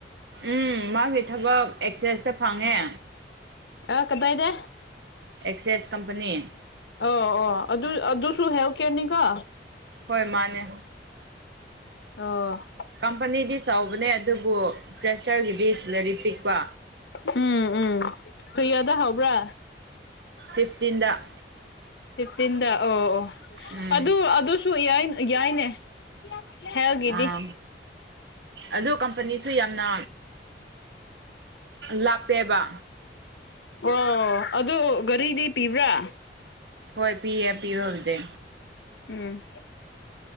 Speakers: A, on the right; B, on the left.
A: ꯎꯝ ꯃꯥꯒꯤ ꯊꯕꯛ ꯑꯦꯛꯁꯦꯁꯇ ꯐꯪꯉꯦ
B: ꯑ ꯀꯗꯥꯢꯗ
A: ꯑꯦꯛꯁꯦꯁ ꯀꯝꯄꯅꯤ
B: ꯑꯣ ꯑꯣ ꯑꯗꯨ ꯑꯗꯨꯁꯨ ꯍꯦꯂꯊ ꯀꯦꯔꯅꯤꯀꯣ
A: ꯍꯣꯏ ꯃꯥꯅꯦ
B: ꯑꯣ
A: ꯀꯝꯄꯅꯤꯗꯤ ꯆꯥꯎꯕꯅꯦ ꯑꯗꯨꯕꯨ ꯐ꯭ꯔꯦꯁꯔꯒꯤꯗꯤ ꯁꯤꯂꯥꯔꯤ ꯄꯤꯛꯄ
B: ꯎꯝ ꯎꯝ <unintelligible> ꯍꯥꯎꯕ꯭ꯔꯥ
A: ꯐꯤꯐꯇꯤꯟꯗ
B: ꯐꯤꯐꯇꯤꯟꯗ ꯑꯣ ꯑꯣ
A: ꯎꯝ
B: ꯑꯗꯨ ꯑꯗꯨꯁꯨ ꯌꯥꯢ ꯌꯥꯏꯅꯦ ꯍꯦꯜꯒꯤꯗꯤ
A: ꯑꯥ ꯑꯗꯨ ꯀꯝꯄꯅꯤꯁꯨ ꯌꯥꯝꯅ ꯂꯥꯞꯄꯦꯕ
B: ꯑꯣ ꯑꯗꯨ ꯒꯥꯔꯤꯗꯤ ꯄꯤꯕ꯭ꯔꯥ
A: ꯍꯣꯏ ꯄꯤꯌꯦ ꯄꯤꯕꯕꯨꯗꯤ
B: ꯎꯝ